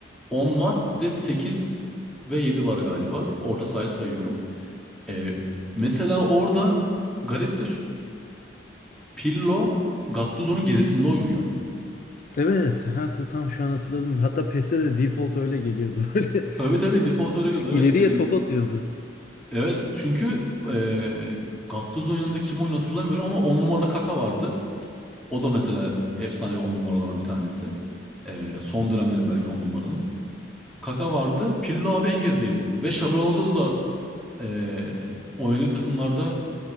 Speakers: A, in the centre; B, on the left (about 45°).
A: 10 var. Bir de 8 ve 7 var galiba. Orta sahayı sayıyorum. Ee, mesela orada gariptir. Pirlo Gattuso'nun gerisinde oynuyor.
B: Evet. Ha to- tam şu an hatırladım. Hatta PES'te de default öyle geliyordu. <laughs> Böyle
A: Tabii tabii default öyle gidiyordu. Evet
B: İleriye
A: dediğin
B: top
A: gibi.
B: atıyordu.
A: Evet çünkü ee, Gattuso'nun yanında kim oyunu hatırlamıyorum ama 10 numarada Kaka vardı. O da mesela efsane 10 numaralardan bir tanesi. Ee, son dönemleri belki 10 numaranın. Kaka vardı. Pirlo abi en gerideydi. Ve Xabi Alonso da e, oynadığı takımlarda